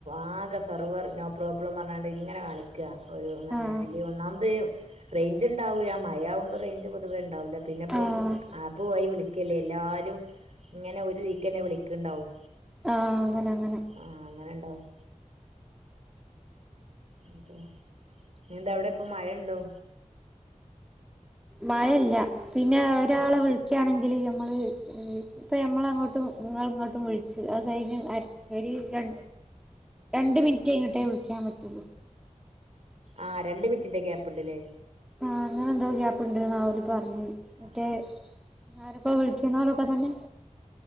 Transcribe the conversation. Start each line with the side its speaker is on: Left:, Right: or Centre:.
Right: ആകെ സെർവർ നോ പ്രോബ്ലം പറഞ്ഞാണ്ട് ഇങ്ങനെ കാണി ഒരു അങ്ങനെ
Centre: ആഹ്
Right: അല്ല ഒന്നാമത് റേഞ്ച് ഉണ്ടാവില്ല മഴയാവുമ്പോൾ റേഞ്ച് പൊതുവെ ഉണ്ടാവൂല്ല പിന്നിപ്പം
Centre: ആഹ്
Right: ആപ്പുവായി വിളിക്കയല്ലേ എല്ലാവരും ഇങ്ങനെ ഒരു ഇതിക്ക് തന്നെ വിളിക്കുണ്ടാവും
Centre: ആഹ് അങ്ങനെ അങ്ങനെ
Right: ആ അങ്ങനെ ഉണ്ടാവും എന്താ പിന്നെന്താ അവിടെ ഇപ്പ മഴയുണ്ടോ
Centre: മഴയില്ല പിന്നെ ഒരാളെ
Right: ആഹ്
Centre: വി ളിക്ക ആണെങ്കിൽ ഞമ്മള് ഇപ്പൾ ഞമ്മള് അങ്ങോട്ടും ഇങ്ങള് ഇങ്ങോട്ടും വിളിച്ച് അത് കഴിഞ്ഞ് അര ഒരു ര രണ്ട് മിനിറ്റ് കഴഞ്ഞിട്ടേ വിളിക്കാൻ പറ്റുള്ളൂ
Right: ആഹ് രണ്ട് മിനിറ്റിന്റെ ഗ്യാപ്പുണ്ടല്ലേ
Centre: ആഹ് അങ്ങനെ എന്തോ ഗ്യാപ്പ് ഉണ്ടെന്നാ അവര് പറഞ്ഞത് മറ്റേ
Right: ആഹ്
Centre: ആരൊക്കെ വിളിക്കുന്നവരൊക്കെ തന്നെ